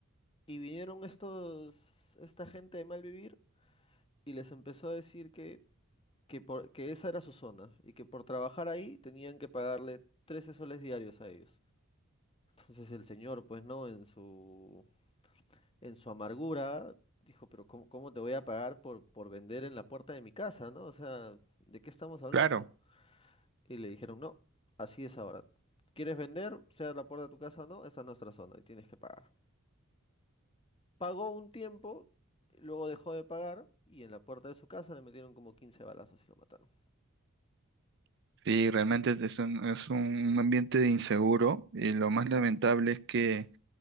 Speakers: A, on the left; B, on the right.
A: Y vinieron estos, esta gente de mal vivir y les empezó a decir que, que, por, que esa era su zona y que por trabajar ahí tenían que pagarle 13 soles diarios a ellos. Entonces el señor, pues no, en su en su amargura, dijo, pero ¿cómo, cómo te voy a pagar por, por vender en la puerta de mi casa, ¿no? O sea, ¿de qué estamos hablando?
B: Claro.
A: Y le dijeron, no, así es ahora. ¿Quieres vender, sea la puerta de tu casa o no? Esa es nuestra zona y tienes que pagar. Pagó un tiempo, luego dejó de pagar y en la puerta de su casa le metieron como 15 balazos y lo mataron.
B: Sí, realmente es un, es un ambiente inseguro y lo más lamentable es que